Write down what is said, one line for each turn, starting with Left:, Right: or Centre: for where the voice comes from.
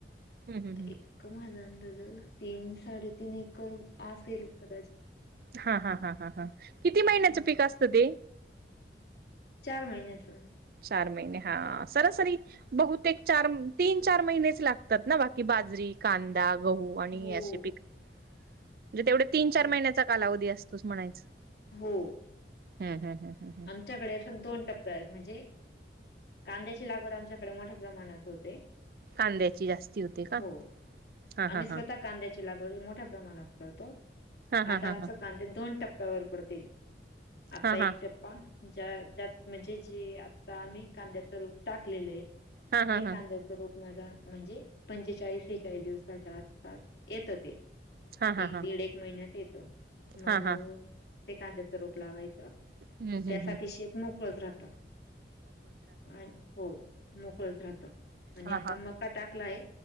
Right: हम्म हम्म
Left: एक माझा अंदाज तीन साडेतीन एकर असेल कदाचित
Right: हा हा हा हा हा किती महिन्याचं
Left: हा
Right: पीक असतं ते
Left: चार महिन्याच
Right: चार महिने हा सरासरी बहुतेक चार तीन चार महिनेच लागतात ना बाकी बाजरी कांदा गहू आणि
Left: हो
Right: असे पिक म्हणजे तेवढे तीन चार महिन्यात चा कालावधी असतोच म्हणायच
Left: हो
Right: हम हम हम
Left: आमच्याकडे फक्त दोन टप्प्या म्हणजे कांद्याची लागवड आमच्याकडे मोठ्या प्रमाणात होते
Right: कांद्याची जास्ती होते का
Left: हो
Right: हा
Left: आम्ही
Right: हा
Left: स्वतः
Right: हा
Left: कांद्याची लागवड मोठ्या प्रमाणात करतो
Right: हा हा
Left: आता
Right: हा
Left: आमचे
Right: हा
Left: कांदे दोन टप्प्यावर पडतो आता
Right: हा
Left: एकट
Right: हा
Left: ज्या ज्यात म्हणजे जे आता आम्ही कांद्याच रोप टाकलेलं आहे
Right: हा हा हा
Left: ते
Right: हा
Left: कांदा रोप माझा म्हणजे पंचेचाळीस सेहेेचाळीस दिवसाच्या आसपास येतात
Right: हा
Left: एक
Right: हा
Left: दीड एक महिन्यात येत
Right: हा
Left: मग
Right: हा
Left: ते कांद्याच रोप लावायचं
Right: हम्म हम्म
Left: त्यासाठी
Right: हम्म
Left: शेत मोकळच राहतं आणि हो मोकळच राहतो आणि
Right: हा
Left: आता
Right: हा
Left: मका टाकला आहे.